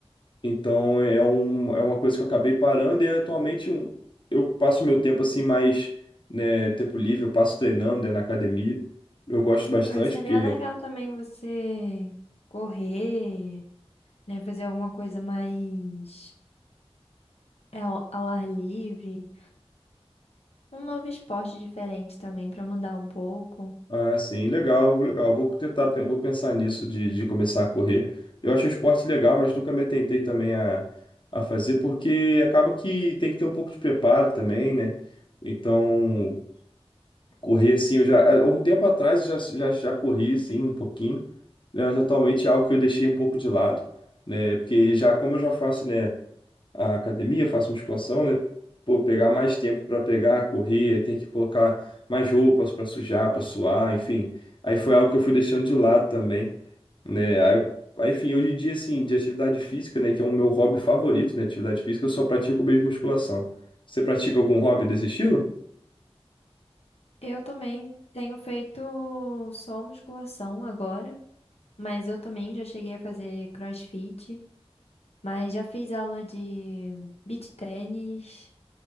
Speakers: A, on the left; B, on the left.
A: Então é, um, é uma coisa que eu acabei parando e atualmente um- eu passo meu tempo assim mais, né, tempo livre, eu passo treinando, né, na academia. Eu gosto bastante
B: Ah, seria
A: porque
B: legal também você correr, né? Fazer alguma coisa mais é, ao, ao ar livre. Um novo esporte diferente também pra mudar um pouco.
A: Ah, sim, legal, legal. Vou tentar, pe- vou pensar nisso de, de começar a correr. Eu acho o esporte legal, mas nunca me atentei também a, a fazer, porque acaba que tem que ter um pouco de preparo também, né? Então, correr assim, eu já, há um tempo atrás eu já, já, já corri assim um pouquinho, né? Mas atualmente é algo que eu deixei um pouco de lado, né? Porque já, como eu já faço, né? a academia, faço musculação, né? Pô, pegar mais tempo para pegar, correr, aí tem que colocar mais roupas para sujar, para suar, enfim. Aí foi algo que eu fui deixando de lado também, né? Aí, eu- aí, enfim, hoje em dia, assim, de atividade física, né, que é o meu hobby favorito, né? Atividade física, eu só pratico mesmo musculação. Você pratica algum hobby desse estilo?
B: Eu também tenho feito só musculação agora, mas eu também já cheguei a fazer CrossFit, mas já fiz aula de beach tennis